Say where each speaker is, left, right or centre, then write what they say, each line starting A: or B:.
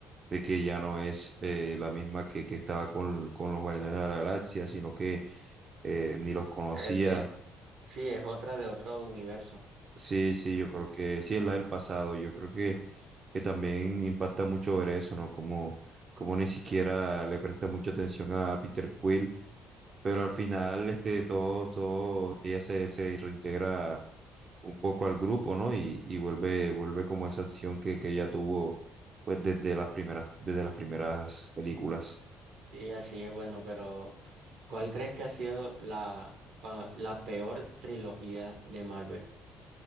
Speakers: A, on the right; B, on the right.
A: de que ya no es eh, la misma que, que estaba con, con los Guardianes de la Galaxia, sino que eh, ni los conocía.
B: es de, sí, es otra de otro universo.
A: Sí, sí, yo creo que sí es la del pasado, yo creo que, que también impacta mucho ver eso, ¿no? Como, como ni siquiera le presta mucha atención a Peter Quill, pero al final este, todos, todos, ella se, se reintegra un poco al grupo, ¿no? Y, y vuelve, vuelve como esa acción que, que ella tuvo pues desde las primeras, desde las primeras películas.
B: Sí, así es, bueno, pero ¿cuál crees que ha sido la, pa- la peor trilogía de Marvel?